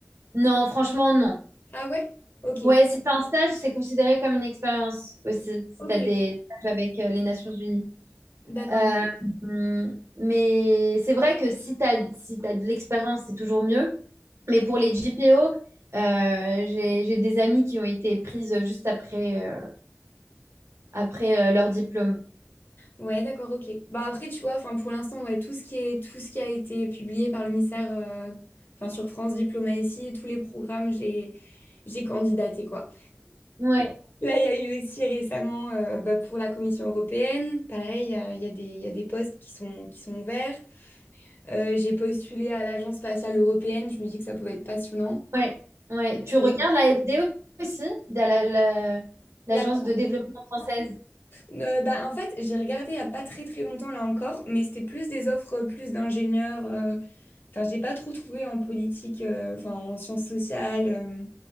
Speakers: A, on the right; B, on the left.
A: Non, franchement, non.
B: Ah ouais? Ok.
A: Ouais, si t'as un stage, c'est considéré comme une expérience aussi, si
B: Ok.
A: t'as des stages avec euh, les Nations Unies.
B: D'accord.
A: Euh, hum, mais c'est vrai que si t'as, si t'as de l'expérience, c'est toujours mieux. Mais pour les GPO, euh, j'ai, j'ai des amis qui ont été prises juste après, euh, après euh, leur diplôme.
B: Ouais, d'accord, ok. Bah après, tu vois, enfin pour l'instant, ouais, tout ce qui est, tout ce qui a été publié par le ministère, euh, enfin sur France Diplomatie, tous les programmes, j'ai, j'ai candidaté, quoi.
A: Ouais,
B: Là, il y a eu aussi récemment, euh, bah, pour la Commission européenne, pareil, il y a, il y a des, il y a des postes qui sont, qui sont ouverts. Euh, j'ai postulé à l'Agence spatiale européenne, je me dis que ça pouvait être passionnant.
A: ouais, ouais. Tu regardes
B: Euh,
A: la FDE aussi, de la- la- l'agence
B: La...
A: de développement française.
B: Euh, bah, en fait, j'ai regardé il n'y a pas très très longtemps là encore, mais c'était plus des offres euh, plus d'ingénieurs. euh, Enfin, j'ai pas trop trouvé en politique, euh, enfin en sciences sociales. euh.